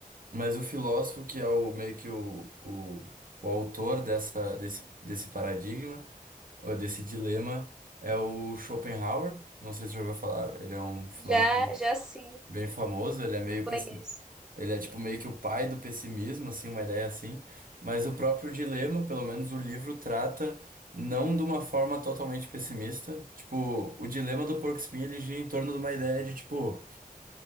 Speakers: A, on the right; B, in the centre.
A: Mas o filósofo, que é o meio que o, o, o autor dessa, desse, desse paradigma, ou desse dilema, é o Schopenhauer. Não sei se você já ouviu falar, ele é um filósofo
B: Já, já sim,
A: bem famoso, ele é meio
B: conheço.
A: pessi- ele é tipo meio que o pai do pessimismo, assim, uma ideia assim. Mas o próprio dilema, pelo menos o livro, trata não de uma forma totalmente pessimista. Tipo, o dilema do porco-espinho, ele gira em torno de uma ideia de, tipo,